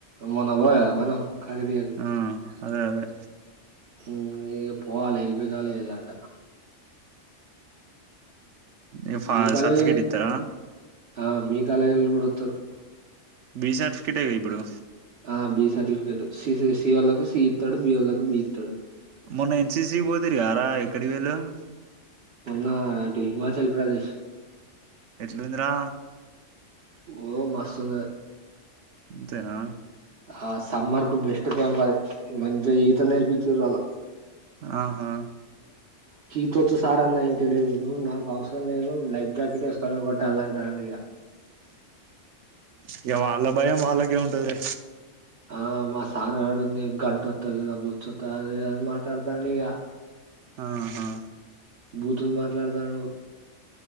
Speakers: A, on the right (about 55°); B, on the right (about 75°).
A: మన వోయ మనం కాకతీయకు
B: ఆ అదే అదే
A: మ్మ్ ఇగ పోవాలె వెళ్ బీగాలు ఎయాలట
B: ఎం ఫా
A: మీ కాలేజోళ్ళు
B: సర్టిఫికేట్ ఇత్తారా
A: ఆ మీ కాలేజోల్లు కూడా వత్తరు
B: బి సర్టిఫికేటేగా ఇప్పుడు
A: ఆ బి సర్టిఫికేటు సి సి వాళకు సీ ఇత్తాడు బి వాళ్ళకు బీ ఇత్తాడు
B: మొన్న ఎన్సీసీ పోతిరి గారా ఎక్కడి వెల్లవ్
A: ఉన్న అటు హిమాచల్ ప్రదేశ్
B: ఎట్లుందిరా
A: ఓ మస్తు ఉంద
B: ఇంతేనా
A: ఆ సమ్మర్ కు బెస్ట్ క్యాంప్ అది మంచిగా ఈత నేర్పిచ్చిర్రు వాల్లా
B: ఆహా
A: <unintelligible> నాకు అవస <inaudible> లైఫ్ఫ్ జాకెట్ ఏస్కోనే బట్ తలాన్ <unintelligible>
B: ఇక వాళ్ళ భయం వాళ్ళకే ఉంటదిలే
A: ఆ మా సారు ఆడు నీ గంటొత్తది నా బొచ్చొత్తది అని మాట్లాడుతాండిగ
B: ఆహా
A: బూతులు మాట్లాడతాన్నడు